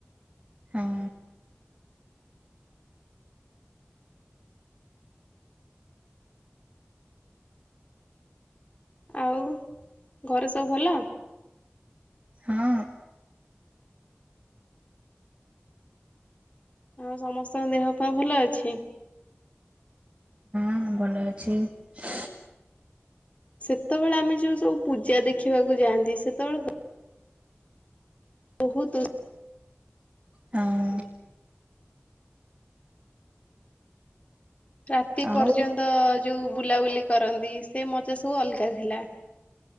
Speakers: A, on the right; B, on the left.
A: ହଁ
B: ଆଉ ଘରେ ସବୁ ଭଲ?
A: ହଁ
B: ଆଉ ସମସ୍ତଙ୍କ ଦେହ ପା ଭଲ ଅଛି?
A: ହଁ ଭଲ ଅଛି ।
B: ସେତେବେଳେ ଆମେ ଯୋଉ ସବୁ ପୂଜା ଦେଖିବାକୁ ଯାଆନ୍ତି ସେତେବେଳେ ବହୁତ
A: ହଁ
B: ରାତି
A: ଆଉ
B: ପର୍ଯ୍ୟନ୍ତ ଯୋଉ ବୁଲାବୁଲି କରନ୍ତି, ସେ ମଜା ସବୁ ଅଲଗା ଥିଲା।